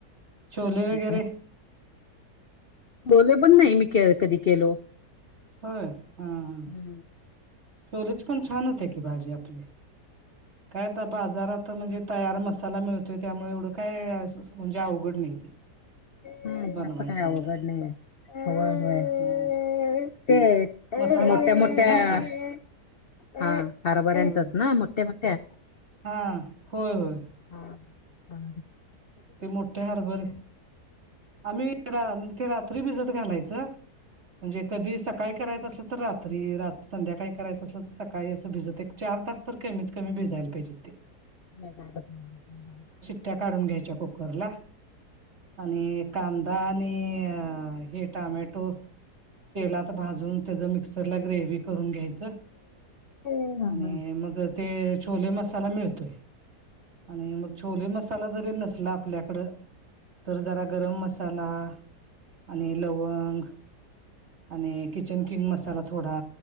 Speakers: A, on the right; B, on the left.
A: छोले वगैरे
B: ह छोले पण नाही मी कधी केलो.
A: होय हम हम.
B: हम्
A: छोलेची पण छान होते की भाजी आपली काय आता बाजारात आ म्हणजे तयार मसाला मिळतोय त्यामुळे एवढं काय म्हणजे अवघड नाही ते.
B: हम्म त्याच
A: बनवायचं
B: काय अवघड
A: म्हटलं तर
B: नाही होय होय.
A: ह
B: ते
A: मसाला
B: मोठ्या
A: असतोयच
B: मोठ्या
A: ना ते
B: हा हरभर्यंतच
A: होय
B: ना मोठ्या मोठ्या.
A: हा होय होय
B: हा हा
A: ते मोठे हारभरे आम्ही रा म्हणजे ते रा रात्री भिजत घालायचं म्हणजे कधी सकाळी करायचं असलं तर रात्री संध्याकाळी करायचं असल तर सकाळी असं भिजत एक चार तास तर कमीत कमी भिजायला पाहिजे ते.
B: म
A: शिट्या काढून घ्यायच्या कुकरला आणि कांदा आणि हे टमॅटो तेलात भाजून त्याच मिक्सरला ग्रेव करून घ्यायचं.
B: हा
A: आणि
B: हा.
A: मग ते छोले मसाला मिळतोय आणि मग छोले मसाला जरी नस आपल्या कड तर जरा गरम मसाला आणि लवंग आणि किचन किंग मसाला थोडा